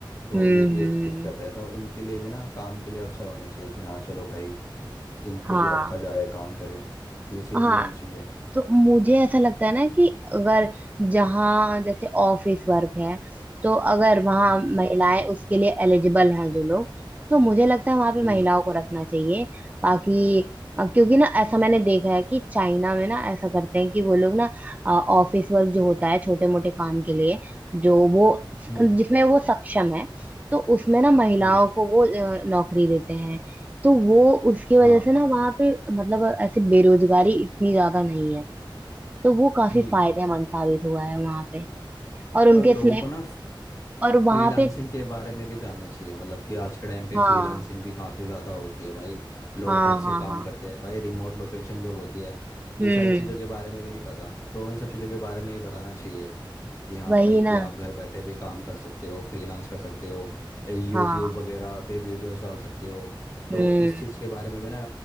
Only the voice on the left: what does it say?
तो
ये भी
एक दिक्कत है तो इनके लिए भी ना काम के लिए अवसर होने चाहिए कि हाँ चलो भाई इनको
भी रखा जाए काम करे ये चीज़
भी होनी चाहिए
हम्म
हम्म
हम्म
हम्म
हाँ
हम्म
और लोगों
को ना
फ्रीलांसिंग
के बारे में भी जानना चाहिए मतलब कि आज के टाइम पे
फ्रीलांसिंग भी काफ़ी ज़्यादा होती है भाई लोग
घर से
काम
करते हैं भाई रिमोट लोकेशन जॉब होती है ये
सारी चीज़ों के बारे में भी नहीं पता तो इन सब चीज़ों के बारे में ये बताना चाहिए कि हाँ
भाई कि
आप घर बैठे भी काम कर सकते हो फ्रीलांस कर सकते हो यूट्यूब
वगैरह पे वीडियोस डाल सकते हो तो
इस चीज़ के बारे में भी ना